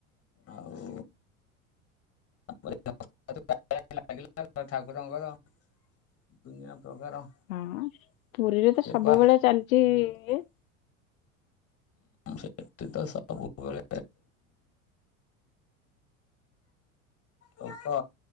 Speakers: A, on the left; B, on the left.
A: ଆଉ <unintelligible> ଠାକୁରଙ୍କର ଦୁନିଆ ପ୍ରକାର
B: ହଁ ପୁରୀରେ ତ
A: ସେବା
B: ସବୁବେଳେ ଚାଲିଚି ଇଏ।
A: ସେଠିତ ସବୁବେଳେ ଲୋକ